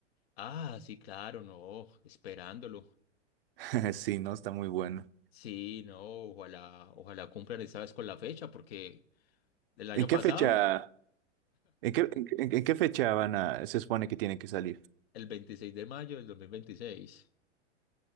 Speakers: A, on the left; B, on the right.
A: Ah, sí, claro, no, esperándolo.
B: <laughs> Sí, no, está muy bueno.
A: Sí, no, ojalá, ojalá cumplan esta vez con la fecha, porque el año
B: ¿En qué
A: pasado,
B: fecha, en qué, en, en- en qué fecha van a, se supone que tiene que salir?
A: el veintiséis de mayo del dos mil veintiséis